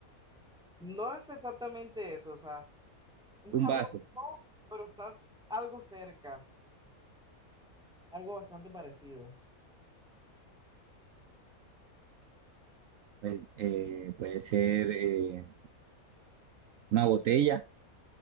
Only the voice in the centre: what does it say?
No es exactamente eso, o sea, un jarrón
no, pero estás algo cerca, algo bastante parecido.